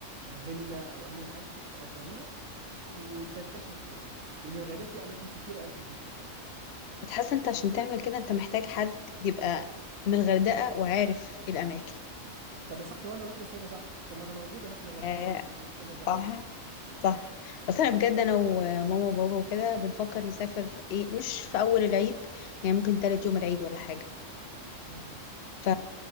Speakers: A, on the right; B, on the left.
A: فيلا او اي حاجه تاجريها وتنتشر في الغردقه لان الغردقه في اماكن كتيره قوي تنتشر فيها
B: بتحس انت عشان تعمل كده انت محتاج حد يبقى من الغردقه وعارف الاماكن
A: طب يا صاحبي وانا اروح لفين يا صاحبي طب ما انا موجود اهو في الغردقه
B: يا
A: وممكن اظبط
B: صح
A: لك الدنيا
B: صح اصلا بجد انا وماما وبابا وكده بنفكر نسافر ايه مش في اول العيد يعني ممكن تالت يوم العيد ولا حاجه
A: مم.
B: ف